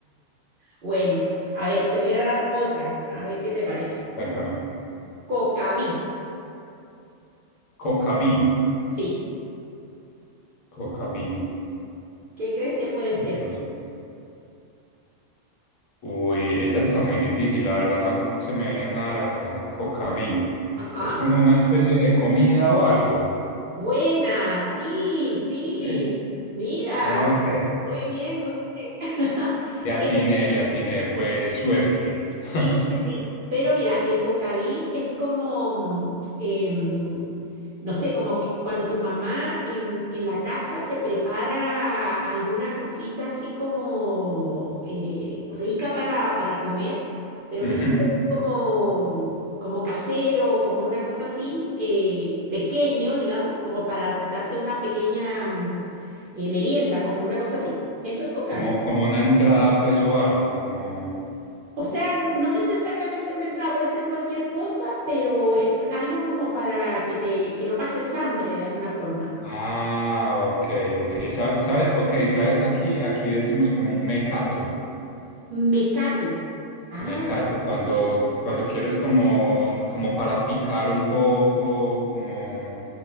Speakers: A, on the right (about 60°); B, on the left (about 75°).
A: bueno. A ver, te voy a dar otra. A ver qué te parece.
B: Cuéntame.
A: Cocaví.
B: Cocaví.
A: Sí.
B: Cocaví,
A: ¿Qué crees que puede
B: Cocaví.
A: ser?
B: Uy, esa está muy difícil, la verdad no se me viene nada a la cabeza. Cocaví.
A: Ajá.
B: Es como una especie de comida o algo.
A: Buena. Sí, sí.
B: ¿Sí?
A: Mira.
B: Ok.
A: Muy bien, muy bien. <laughs>
B: Le atiné,
A: Es
B: le atiné, fue suerte. <laughs>
A: Sí, sí, sí. Pero mira, el cocaví es como, mm, em, no sé, como que cuando tu mamá en, en la casa te prepara alguna cosita así como eh, rica para, para comer, pero
B: Ujú.
A: que es como, como casero, como una cosa así, eh, pequeño, digamos, como para darte una pequeña mm, eh, merienda, como una cosa así. Eso es cocaví.
B: Como, como una entrada, pues, o algo, como.
A: O sea, n- no necesariamente una entrada, puede ser cualquier cosa, pero es algo como para que te, que no pases hambre de alguna forma.
B: Ah, ok, ok. Sa- ¿Sabes? Ok, ¿sabes? Aquí, aquí decimos como un mecato.
A: Mecato. Ah,
B: Mecato, cuando, cuando quieres como, como para picar un poco, como